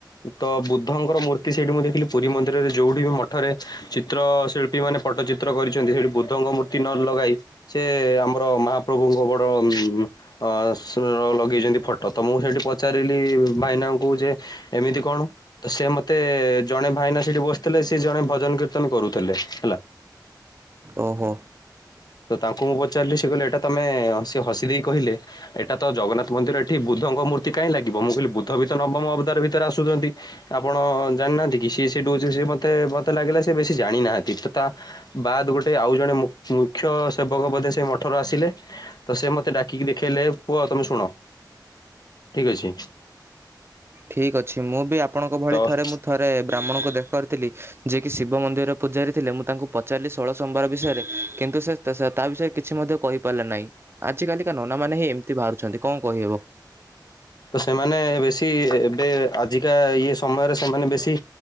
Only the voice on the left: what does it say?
ତ ବୁଦ୍ଧଙ୍କର ମୂର୍ତ୍ତି ସେଇଠି ମୁଁ ଦେଖିଲି ପୁରୀ ମନ୍ଦିରରେ ଯୋଉଠି ବି ମଠରେ ଚିତ୍ର ଶିଳ୍ପୀ ମାନେ ଫଟ୍ଟଚିତ୍ର କରିଛନ୍ତି ସେଇଠି ବୁଦ୍ଧଙ୍କ ମୂର୍ତ୍ତି ନ ଲଗାଇ ସେ ଆମର ମହାପ୍ରଭୁଙ୍କ ବଡ଼ ଅ ସେ ଲଗେଇଛନ୍ତି ଫଟ ତ ମୁଁ ସେଠି ପଚାରିଲି ଭାଇନାଙ୍କୁ ଯେ ଏମିତି କଣ ତ ସେ ମତେ ଜଣେ ଭାଇନା ସେଠି ବସିଥିଲେ ସେ ଜଣେ ଭଜନ କୀର୍ତ୍ତନ କରୁଥିଲେ ହେଲା।
ତ ତାଙ୍କୁ ମୁଁ ପଚାରିଲି ସେ କହିଲେ ଏଇଟା ତମେ ସେ ହସି ଦେଇ କହିଲେ ଏଇଟା ତ ଜଗନ୍ନାଥ ମନ୍ଦିର ଏଠି ବୁଦ୍ଧଙ୍କ ମୂର୍ତି କାଇଁ ଲାଗିବ ମୁଁ କହିଲି ବୁଦ୍ଧ ନବମ ଅବତାର ଭିତରେ ଆସୁଛନ୍ତି ଆପଣ ଜାଣିନାହାନ୍ତି କି ସିଏ ସେଠୁଛି ମତେ ମତେ ଲାଗିଲା ସେ କି ଜାଣିନାହାନ୍ତି ତ ତା ବାଦ ଗୋଟେ ଆଉ ଜଣେ ମୁକ କୁ ମୁଖ୍ୟ ସେବକ ବୋଧେ ସେ ମଠର ଆସିଲେ ତ ସେ ମତେ ଡାକିକି ଦେଖେଇଲେ ପୁଅ ତମେ ଶୁଣ। ଠିକ ଅଛି।
ତ
ତ ସେମାନେ ବେଶୀ ଏବେ ଆଜିକା ଇଏ ସମୟରେ ସେମାନେ ବେଶୀ